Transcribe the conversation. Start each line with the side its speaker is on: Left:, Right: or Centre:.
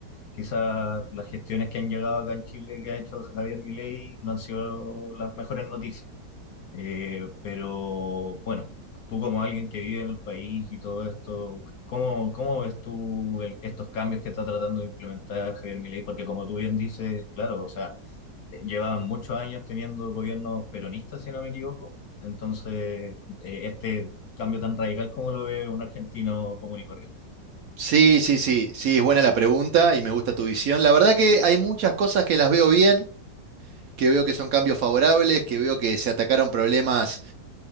Left: Quizás las gestiones que han llegado acá en Chile que ha hecho Javier Milei no han sido las mejores noticias. Eh, pero bueno, tú como alguien que vive en el país y todo esto, ¿cómo, cómo ves tú el- estos cambios que está tratando de implementar Javier Milei? Porque como tú bien dices, claro, o sea, llevan muchos años teniendo gobiernos peronistas, si no me equivoco. Entonces, eh, este cambio tan radical, ¿cómo lo ve un argentino común y corriente?
Right: Sí, sí, sí, sí, es buena la pregunta y me gusta tu visión. La verdad que hay muchas cosas que las veo bien, que veo que son cambios favorables, que veo que se atacaron problemas